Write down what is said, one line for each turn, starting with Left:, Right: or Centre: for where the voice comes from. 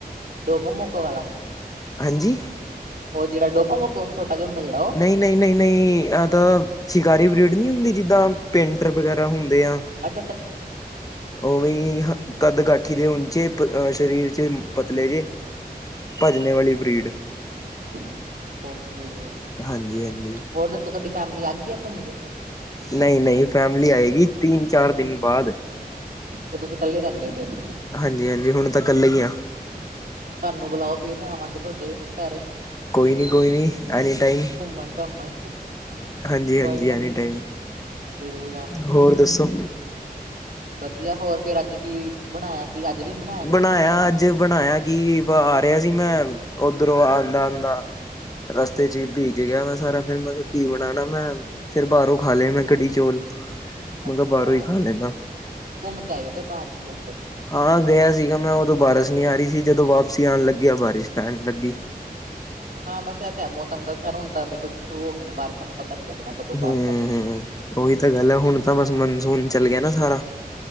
Right: ਡੋਗ ਮੱਕ ਵਾਲਾ।
Left: ਹਾਂਜੀ।
Right: ਉਹ ਜਿਹੜਾ ਡੋਕੋ ਮੇਕੋ ਛੋਟਾ ਜਾ ਹੁੰਦਾ ਜਿਹੜਾ ਉਹ।
Left: ਨਹੀਂ, ਨਹੀਂ, ਨਹੀਂ ਨਹੀਂ, ਇਹ ਤਾਂ ਸ਼ਿਕਾਰ ਬਰੀਡ ਨਹੀਂ ਹੁੰਦੀ ਜਿੱਦਾਂ ਪੇਂਟਰ ਵਗੈਰਾ ਹੁੰਦੇ ਆ।
Right: ਅੱ
Left: ਉਵੇਂ ਕੱਦ ਕਾਠੀ ਦੇ ਉਚੇ ਅਹ ਸਰੀਰ ਚ ਪਤਲੇ ਜੇ। ਭੱਜਨੇ ਵਾਲੀ ਬਰੀਡ।
Right: <unintelligible> ਓਕੇ
Left: ਹਾਂਜੀ-ਹਾਂਜੀ।
Right: ਹੋਰ ਦੱਸੋ ਤੁਹਾਡੀ ਫੈਮਿਲੀ ਆ ਗਈ ਆ ਘੁੰਮ ਕੇ
Left: ਨਹੀਂ ਨਹੀਂ ਫੈਮਲੀ ਆਏਗੀ ਤਿੰਨ ਚਾਰ ਦਿਨ ਬਾਅਦ।
Right: ਤੇ ਤੁਸੀਂ ਇਕੱਲੇ ਰਹਿੰਦੇ ਹੋ ਫਿਰ।
Left: ਹਾਂਜੀ ਹਾਂਜੀ ਹੁਣ ਤਾਂ ਇਕੱਲੇ ਹ।
Right: ਤੁਹਾਨੂੰ ਬੁਲਾਓ ਫੇਰ ਤੇ ਆਵਾਂਗੇ ਤੁਹਾਡੇ ਘਰ।
Left: ਕੋਈ ਨਹੀਂ ਕੋਈ ਨਹੀਂ ਅਜੇ ਟਾਈਮ।
Right: ਘੁੰਮਣ ਘਾਮਣ
Left: ਹਾਂਜੀ ਹਾਂਜੀ,
Right: ਕੋਈ ਨਾ
Left: ਐਨੀ ਟਾਈਮ
Right: ਜ਼ਰੂਰ ਆਵਾਂਗੇ
Left: ਹੋਰ ਦੱਸੋ?
Right: ਵਧੀਆ, ਹੋਰ ਫੇਰ ਅੱਜ ਕੀ ਬਣਾਇਆ? ਕੀ ਅੱਜ ਵੀ ਕਿ
Left: ਬਣਾਇਆ
Right: ਨਹੀਂ ਕੁੱਝ
Left: ਅੱਜ ਬਣਾਇਆ ਕੀ ਆ ਰਿਹਾ ਸੀ ਮੈਂ ਉੱਧਰੋਂ ਆਉਂਦਾ ਆਉਂਦਾ ਰਸਤੇ ਚ ਭੀਜ ਗਿਆ ਮੈਂ ਸਾਰਾ ਫਿਰ ਮੈਂ ਕਿਹਾ ਕੀ ਬਣਾਉਣਾ ਮੈਂ ਫੇਰ ਬਾਹਰੋਂ ਖਾ ਲਏ ਮੈਂ ਕੜੀ ਚੌਲ,
Right: ਅੱਛਾ
Left: ਮੈਂ ਕਿਹਾ ਬਾਹਰੋਂ ਹੀ ਖਾ ਲੈਂਦਾ।
Right: ਘੁੰਮ ਕੇ ਆਇਓ ਬਾਹਰ ਲ
Left: ਹਾਂ ਗਿਆ ਸੀਗਾ ਮੈਂ ਉਦੋਂ ਬਾਰਿਸ਼ ਨਹੀਂ ਆ ਰਹੀ ਸੀ ਜਦੋਂ ਵਾਪਸੀ ਆਉਣ ਲੱਗਿਆ ਬਾਰਿਸ਼ ਪੈਣ ਲੱਗੀ।
Right: ਹਾਂ ਬਸ ਇ ਤਾਂ ਹੈ ਮੌਸਮ ਦਾ ਖੈਰ ਹੁਣ ਤਾਂ ਦੇਖੋ ਸ਼ੁਰੂ ਹੋ ਗਏ ਨੇ ਬਾਰਿਸ਼ ਤੁਹਾਨੂੰ ਪਤਾ ਨੀ ਲੱਗਣਾ। ਕਦੋਂ ਬਾਰਿਸ਼
Left: ਹਮ
Right: ਆ ਗਈ
Left: ਹਮ ਉਹੀ ਤਾਂ ਗੱਲ ਹੈ ਹੁਣ ਤਾਂ ਬਸ ਮੋਂਨਸੂਨ ਚੱਲ ਗਿਆ ਨਾ ਸਾਰਾ।